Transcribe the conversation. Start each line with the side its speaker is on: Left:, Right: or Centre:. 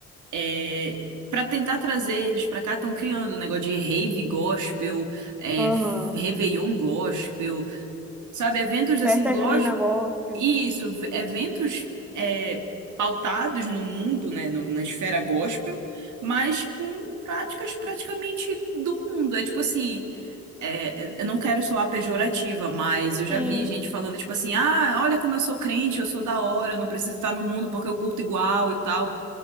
Right: é, para tentar trazer eles para cá, estão criando um negócio de rave gospel, é,
Centre: aham.
Right: f- Réveillon gospel, sabe, eventos assim
Centre: Festa
Right: gospel,
Centre: junina gospel.
Right: e isso, v- eventos é, pautados no mundo, né, no- na esfera gospel, mas com práticas praticamente do mundo. É tipo assim, é, eu não quero soar pejorativa, mas eu já
Centre: Sim.
Right: vi gente falando tipo assim, ah, olha como eu sou crente, eu sou da hora, eu não preciso estar no mundo porque eu curto igual e tal.